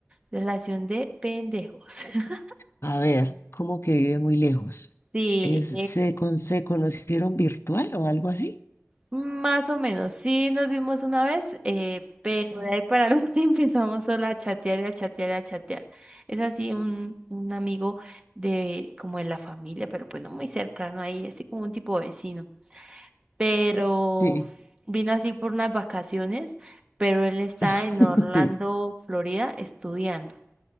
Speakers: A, on the right; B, on the left.
A: relación de pendejos. <laughs>
B: A ver, ¿cómo que vive muy lejos?
A: Sí,
B: ¿Es, se, con, ¿Se conocieron virtual o algo así?
A: Más o menos, sí nos vimos una vez, eh, pero de ahí para adelante <laughs> empezamos solo a chatear y a chatear y a chatear. Es así un, un amigo de como de la familia, pero pues no muy cercano ahí, así como un tipo vecino. Pero
B: Sí.
A: vino así por unas vacaciones, pero él está
B: <laughs>
A: en Orlando, Florida, estudiando.